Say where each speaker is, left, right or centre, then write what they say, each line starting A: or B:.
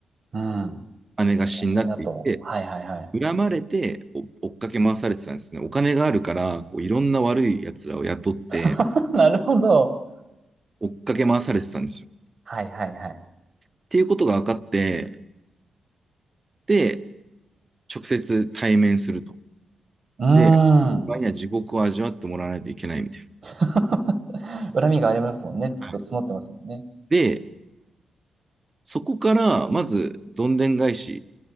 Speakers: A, on the right; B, on the right.
A: うん。
B: 姉が死んだって言って、
A: 写真だと。はいはいはい。
B: 恨まれてお追っかけ回されてたんですね。お金があるから、こういろんな悪い奴らを雇って
A: <laughs> なるほど。
B: 追っかけ回されてたんですよ。
A: はいはいはい。
B: っていうことが分かって、で、直接対面すると。
A: うー
B: で、
A: ん。
B: 場合には地獄を味わってもらわないといけないみたい
A: <laughs> 恨みがありますもんね。ずっと募ってますもんね。
B: な。はいで、そこから、まず、どんでん返し